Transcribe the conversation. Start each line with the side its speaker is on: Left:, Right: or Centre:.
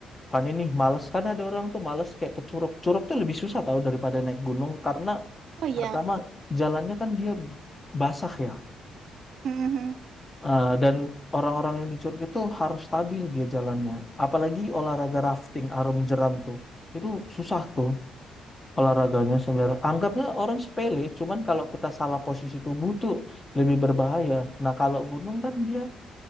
Left: Kan ini males kan ada orang tuh males kayak ke Curug. Curug tuh lebih susah tahu daripada naik gunung karena
Right: Oh iya.
Left: pertama
Right: <laughs>
Left: jalannya kan dia basah ya.
Right: Hmm, hmm, hmm.
Left: Eh, dan orang-orang yang di Curug itu harus stabil dia jalannya. Apalagi olahraga rafting arum jeram tuh. Itu susah tuh olahraganya sebenarnya. Anggapnya orang sepele, cuman kalau kita salah posisi tubuh tuh lebih berbahaya. Nah, kalau gunung kan dia